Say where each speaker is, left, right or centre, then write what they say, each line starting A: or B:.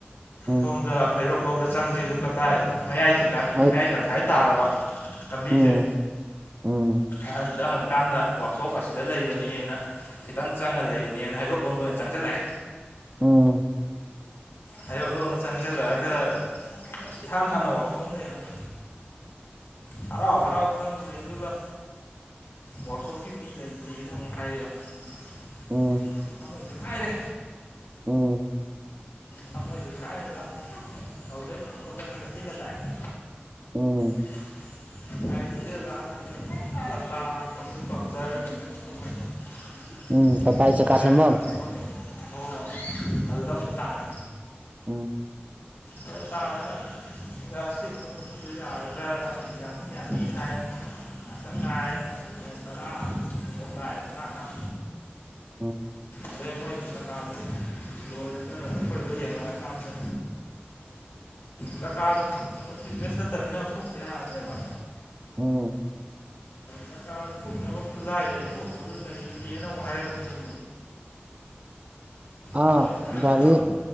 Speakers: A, on the right; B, on the left.
A: ꯎꯝ
B: ꯁꯣꯝꯗ ꯍꯩꯔꯣꯛꯂꯣꯝꯗ ꯆꯪꯁꯤ ꯑꯗꯨ ꯀꯗꯥꯏ ꯃꯌꯥꯏ ꯇꯤꯡꯈꯥꯏ
A: ꯑꯩ
B: ꯃꯌꯥꯏ ꯇꯪꯈꯥꯏ ꯇꯥꯔꯕ ꯂꯝꯕꯤꯁꯦ
A: ꯎꯝ ꯎꯝ
B: ꯑꯍꯟꯗ ꯍꯪꯀꯥꯟꯗ ꯋꯥꯛꯁꯣꯞ ꯑꯁꯤꯗ ꯂꯩꯕꯅꯦꯅ ꯈꯤꯇꯪ ꯆꯪꯉ ꯂꯩꯕꯅꯦꯅ ꯍꯩꯔꯣꯛ ꯂꯣꯝꯗ ꯑꯣꯏꯅ ꯆꯪꯁꯤꯜꯂꯛꯑꯦ
A: ꯎꯝ
B: ꯍꯌꯣꯛ ꯂꯣꯝꯗ ꯆꯪꯁꯤꯜꯂꯛꯑꯒ ꯑꯁ ꯏꯍꯥꯟ ꯍꯥꯟꯅ ꯋꯥꯛꯁꯣꯞ ꯑꯃ ꯂꯩꯔꯝꯃꯦ ꯍꯔꯥꯎ ꯍꯔꯥꯎ ꯆꯪꯉꯨꯔꯤ ꯑꯗꯨꯒ ꯋꯔꯥꯛꯁꯣꯞꯀꯤ ꯃꯤ ꯂꯩꯇꯦꯅ ꯑꯃꯨꯛ ꯍꯥꯏꯔꯛꯑꯦ
A: ꯎꯝ
B: ꯣꯏꯗꯤ ꯍꯥꯏꯥꯏꯔꯦ
A: ꯎꯝ
B: ꯊꯃꯣꯏꯁꯦ ꯈꯥꯏꯔꯒ ꯇꯧꯗꯣꯏ ꯈꯣꯠꯂꯛꯑꯒ ꯏꯜꯂ ꯂꯥꯛꯑꯦ
A: ꯎꯝ
B: <inaudible> ꯑꯩꯗꯤ ꯂ ꯆꯇꯥꯒꯤ ꯄꯝꯆꯔ ꯀꯩꯅꯣ ꯇ
A: ꯎꯝ
B: ꯑꯩꯣꯏꯒꯤ
A: ꯇꯇꯥꯏ ꯆꯀꯥ
B: ꯇꯌꯥ
A: ꯁꯦꯝꯕꯝ
B: ꯀꯀꯥ ꯄꯣꯄꯗꯣ ꯍꯣꯏ ꯍꯣꯏ ꯑꯗꯨꯗ ꯑꯃꯨꯛ ꯇꯥꯔꯦ
A: ꯑ
B: ꯍꯣꯏ ꯇꯥꯅ ꯔꯥꯁ ꯄ ꯀ ꯑꯒ꯭ꯔꯅ ꯍꯥꯏ ꯌꯥꯅꯤ ꯌꯥꯅꯤꯅꯅꯥ ꯉꯥꯛꯇꯪ ꯉꯥꯏ ꯇꯔꯥ ꯊꯣꯛꯂ ꯍꯥꯏꯔ ꯇꯔꯥꯥ
A: ꯎꯝ
B: ꯑꯗꯩ ꯃꯣꯏ ꯀꯀꯥꯗꯨ ꯂꯣꯏꯔꯒ ꯑꯩꯈꯣꯏꯗꯣ ꯌꯦꯡꯉꯛꯑꯀꯥꯟꯗ ꯆꯀꯥꯗꯣ ꯐꯨꯛꯅꯕꯨꯨꯛꯇꯤ ꯄꯦꯁ ꯅꯠꯇꯕꯅꯤꯅ ꯐꯨꯨꯞꯛꯇ ꯌꯥꯗ꯭ꯔꯦꯕ
A: ꯎꯝ
B: ꯀꯀꯇꯥꯗ ꯀꯣꯛꯛꯅꯕ ꯈꯨꯠꯂꯥꯏ ꯂꯩꯊꯣꯛꯅꯕ ꯂꯩꯇꯦꯅ ꯑꯃꯨꯛ ꯍꯥꯏꯔꯛꯈꯤꯅꯤ ꯊꯃꯣꯏꯁꯦ
A: ꯑꯥ
B: ꯀꯥꯏꯔꯦꯗ
A: ꯒꯥꯔꯤ